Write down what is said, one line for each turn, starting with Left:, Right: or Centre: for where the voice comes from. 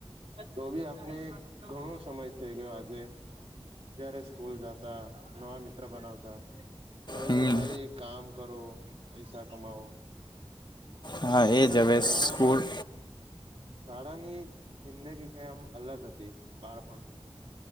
Right: તો બી આપને ઘણો સમય થઇ ગયો આજે જ્યારે સ્કૂલ જાતા, નવા મિત્ર બનાવતા. હવે
Left: હમ
Right: તો ખાલી કામ કરો, પૈસા કમાવો.
Left: હા એ
Right: આ
Left: જ હવે
Right: શાણામાં
Left: સ્કૂલ
Right: શાળાની જિંદગી કંઈ આમ અલગ હતી બાળપણની